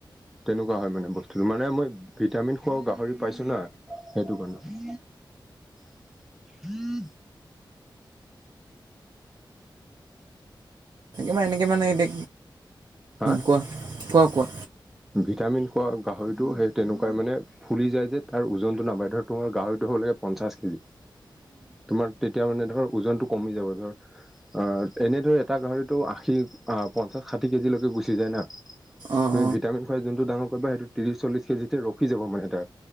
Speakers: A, in the centre; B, on the right (about 55°).
A: তেনেকুৱা হয় মানে। ত মানে মই ভিটামিন খোৱা গাহৰি পাইছো না সেইটো কাৰণে। <inaudible>
B: ম এনেকে মানে এতি
A: হা
B: কোৱা কোৱা কোৱা।
A: ভিটামিন খোৱা গাহৰিটো সেই তেনেকুৱাই মানে ফুলি যায় যে তাৰ ওজনতটো নাবাহে। ধৰ তোমাৰ গাহৰিটো ধৰ লাগেপঞ্চাশ কেজি ক তোমাৰ তেতিয়া মানে ধৰ ওজনটো কমি যাব ধৰ অহ এনে ধৰে এটা গাহৰিতটো আশী পঞ্চাশ ষাঠি কেজিলৈকে গুচি যায় না।
B: অঁ
A: তুমি ভিটামিন খোৱাই যোনটো ডাঙৰ কৰিব সেইটো ত্ৰিশ চল্লিশ কেজিতে ৰখি যাব মানে, তাৰ,